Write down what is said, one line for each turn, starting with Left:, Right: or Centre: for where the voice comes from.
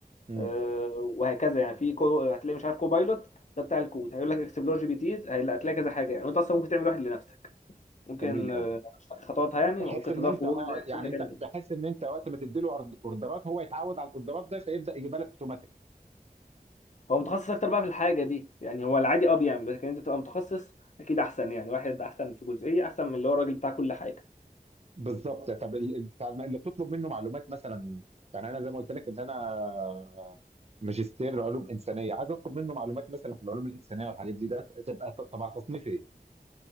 Right: امم
Left: آه، وهكذا يعني في كو... هتلاقي مش عارف كوبايلوت ده بتاع الكود هيقول لك اكسبلور جي بي تيز هتلاقي كذا حاجه يعني وانت اصلا ممكن تعمل واحد لنفسك ممكن
Right: جميل
Left: آه،
Right: قوي
Left: مش فاكر خطواتها يعني
Right: بحيث
Left: ممكن
Right: ان
Left: تدور
Right: انت
Left: في جوجل
Right: اه
Left: يعني تشوف
Right: يعني
Left: هتعمل
Right: انت
Left: ايه
Right: بحيث ان انت وقت ما تديله أرد- اوردرات هو يتعود على الاوردرات ده فيبدا يجيبها لك اوتوماتيك
Left: هو متخصص اكتر بقى في الحاجه دي يعني هو العادي اه بيعمل لكن انت تبقى متخصص اكيد احسن يعني واحد احسن في جزئيه احسن من اللي هو الراجل بتاع كل حاجه
Right: بالظبط طب ال- ال- بتاع الم- اللي بتطلب منه معلومات مثلا يعني انا زي ما قلت لك ان انا ماجستير علوم انسانيه عايز اطلب منه معلومات مثلا في العلوم الانسانيه والحاجات دي ده تبقى ت- تبع تصنيف ايه؟